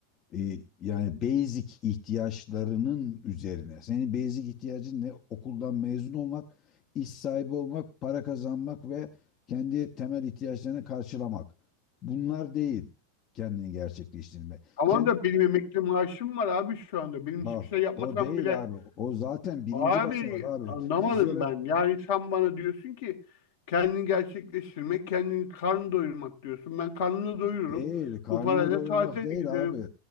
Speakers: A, on the left; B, on the left.
A: E, yani basic ihtiyaçlarının üzerine. Senin basic ihtiyacın ne? Okuldan mezun olmak, iş sahibi olmak, para kazanmak ve kendi temel ihtiyaçlarını karşılamak. Bunlar değil kendini gerçekleştirme.
B: Tamam
A: Kendi
B: da benim emekli maaşım var abi şu anda. Benim
A: bak
B: hiçbir şey
A: o
B: yapmasam
A: o değil
B: bile
A: abi. O zaten birinci
B: Abi
A: basamak abi.
B: anlamadım
A: Fizyolo
B: ben. Yani sen bana diyorsun ki kendini gerçekleştirmek, kendini karnını doyurmak diyorsun. Ben karnını doyururum.
A: Değil, karnını
B: Bu parayla
A: doyurmak
B: tatile
A: değil
B: giderim.
A: abi.